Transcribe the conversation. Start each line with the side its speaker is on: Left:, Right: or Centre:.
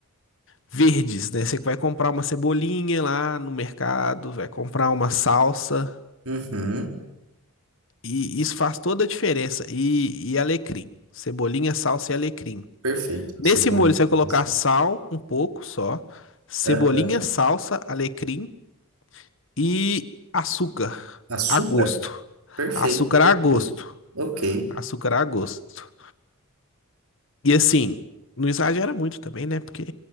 Left: verdes, né? Você vai comprar uma cebolinha lá no mercado, vai comprar uma salsa,
Right: uhum.
Left: e isso faz toda a diferença. E, e alecrim, cebolinha, salsa e alecrim.
Right: Perfeito.
Left: Nesse
Right: Cebolinha.
Left: molho você vai colocar
Right: açúcar.
Left: sal, um pouco só, cebolinha,
Right: Aham.
Left: salsa, alecrim e açúcar.
Right: Açúcar?
Left: a gosto.
Right: Perfeito,
Left: Açúcar
Right: perfeito.
Left: a gosto.
Right: Ok.
Left: Açúcar a gosto. E assim, não exagera muito também, né? Porque.